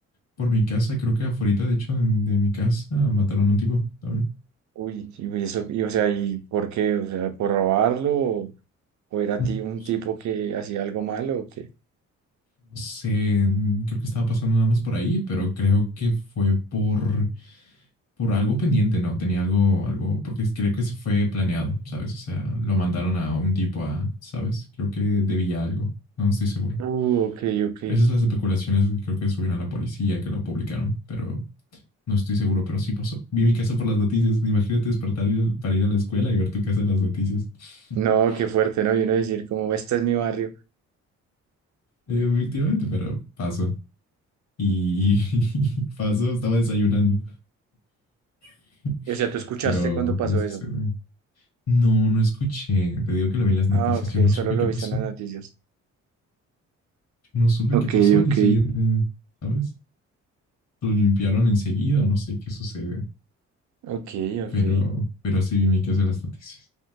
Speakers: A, on the left; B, on the right.
A: Por mi casa, creo que afuera, de hecho, de, de mi casa, mataron a un tipo también.
B: Uy, y uy, eso, y, o sea, ¿y por qué? O sea, ¿por robarlo? ¿O, o era
A: No
B: ti un tipo que hacía algo malo o qué?
A: No sé, mm, creo que estaba pasando nada más por ahí, pero creo que fue por, por algo pendiente, ¿no? Tenía algo, algo, porque creo que se fue planeado, ¿sabes? O sea, lo mandaron a un tipo a, ¿sabes? Creo que debía algo, no estoy seguro.
B: Uh, ok, ok.
A: Esas son las especulaciones, creo que subieron a la policía, que lo publicaron, pero no estoy seguro, pero sí pasó. Vi mi casa por las noticias, imagínate despertar y- para ir a la escuela y ver tu casa en las noticias. <laughs>
B: No, qué fuerte, ¿no? Y uno decir como, este es mi barrio.
A: Efectivamente, pero pasó. Y <laughs> pasó, estaba desayunando. <laughs>
B: O sea, tú escuchaste
A: Pero,
B: cuando pasó
A: pero eso
B: eso.
A: se ve. No, no escuché. Te digo que lo vi en las noticias.
B: Ah, ok,
A: Yo no
B: solo
A: supe
B: lo
A: qué pasó.
B: viste en las
A: Yo
B: noticias.
A: no supe
B: Ok,
A: qué pasó al
B: ok.
A: día siguiente, ¿sabes? Lo limpiaron enseguida o no sé qué sucede.
B: Ok, ok.
A: Pero, pero sí vi mi caso en las noticias.